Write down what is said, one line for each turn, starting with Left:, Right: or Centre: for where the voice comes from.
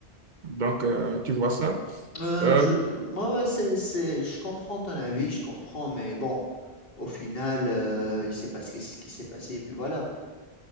Right: donc, euh, tu vois ça.
Left: Euh,
Right: Euh,
Left: je, moi, ouais, c'est, c'est, je comprends ton avis, je comprends, mais bon, au final, euh, il s'est passé ce qui s'est passé, et puis voilà.